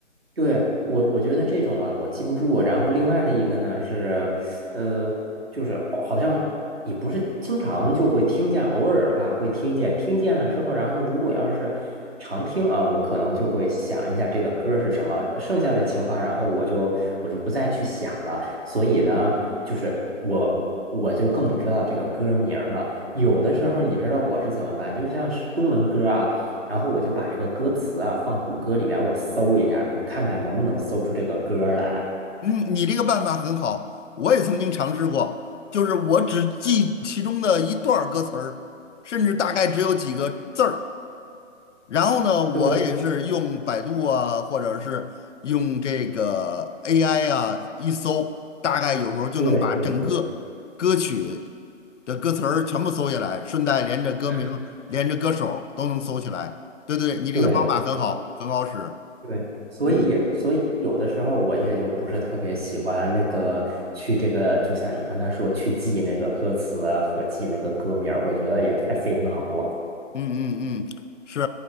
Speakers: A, on the right (about 50°); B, on the left (about 70°).
A: 对，我我觉得这种啊，我记不住。然后另外的一个呢是，呃，就是哦好像也不是经常就会听见，偶尔吧会听见。听见了之后，然后如果要是常听啊，我可能就会想一下这个歌是什么。剩下的情况，然后我就我就不再去想了。所以呢，就是我我就更不知道这个歌名儿了。有的时候你知道我是怎么办？就像是中文歌啊。然后我就把这个歌词啊放谷歌里边，我搜一下，我看看能不能搜出这个歌儿来。
B: 嗯，你这个办法很好，我也曾经尝试过，就是我只记其中的一段儿歌词儿，甚至大概只有几个字儿。然后呢，我也是用百度啊，
A: 对
B: 或者是用这个 AI 啊，一搜，大概有时候就能把整个歌曲
A: 对对对
B: 的歌词儿全部搜下来，顺带连着歌名、
A: 嗯
B: 连着歌手都能搜起来。对对，你这个方法很好，
A: 对
B: 很好使。
A: 对，所以所以有的时候我也就不是特别喜欢那个去这个，
B: 嗯
A: 就像你刚才说去记那个歌词啊和记那个歌名儿我觉得也太费脑了。
B: 嗯嗯嗯，是，